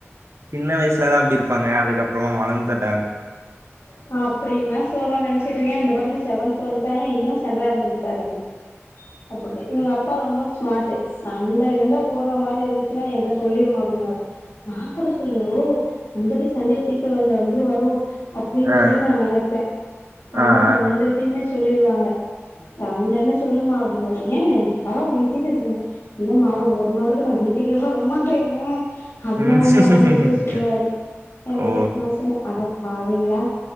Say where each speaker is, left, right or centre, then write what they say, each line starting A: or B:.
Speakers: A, on the right; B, on the left.
A: சின்ன வயஸுலதா அப்டி இருப்பாங்க அதுக்கப்புறோ வளந்து அந்
B: நா அப்டின் தா சோழா நெனச்சிட்டு இருக்கே இந்த பாருங்க செவன்து வந்துட்டாங்க இன்னு சண்ட நடந்துகிட்டுதா இருக்குது அப்புடி இவங்க அப்பா ரொம்ப ஸ் ஸ்மாட்டு சண்ட உண்டப் போர்றா மாரி இருந்திச்சினா ஏன்ட சொல்லிருமா அப்டின்னுவாரு நாங்கூட சொல்லுவே ஓ வந்தடி சண்டேயே தீக்க வந்து வந்துருவா ரோ அப்படின்னு
A: ஆ
B: சொல்லி நான் நினைப்பேன் ஆனா
A: ஆ ஆ
B: வந்துமே சொல்லிடுவாங்க சண்டைன சொல்லுமா அப்படின்னாரு ஏன் பரவாயில்லை நீங்க <unintelligible> இல்லம்மா ஒரு ஒன் ஹவர் நான் வீட்டுக்கே போரமாட்டேன் அதனால
A: ம்
B: தான் அப்படின்னு சொல்லி சொல்லுவாரு எனக்கு
A: ஓ
B: நான் சொன்னேன் அட பாவிங்களா